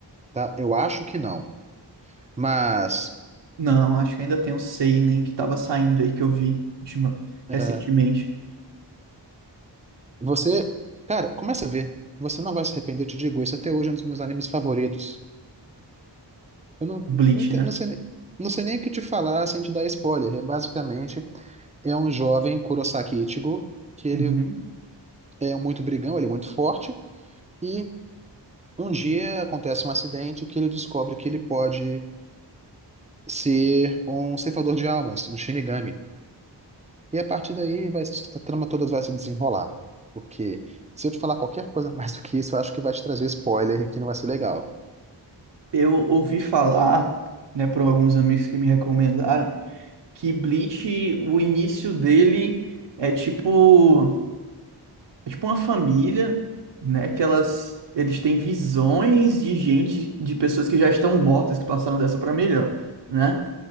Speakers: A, on the right; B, on the right.
A: tá? Eu acho que não. Mas
B: Não, acho que ainda tem o Seinen que tava saindo aí que eu vi ultima- recentemente,
A: é, você, cara, começa a ver. Você não vai se arrepender, eu te digo isso. Até hoje é um dos meus animes favoritos. Eu não,
B: o Bleach,
A: não, te-
B: né?
A: não sei, nem- não sei nem o que te falar sem te dar spoiler. É basicamente é um jovem Kurosaki Ichigo, que ele
B: Uhum.
A: é muito brigão, ele é muito forte, e um dia acontece um acidente que ele descobre que ele pode ser um ceifador de almas, um Shinigami. E a partir daí vai, se- a trama toda vai se desenrolar. Porque se eu te falar qualquer coisa <laughs> mais do que isso, eu acho que vai te trazer spoiler e que não vai ser legal.
B: Eu ouvi falar, né, por alguns amigos que me recomendaram que Bleach, o início dele é tipo, é tipo uma família, né? Que elas, eles têm visões de gente, de pessoas que já estão mortas, que passaram dessa pra melhor, né?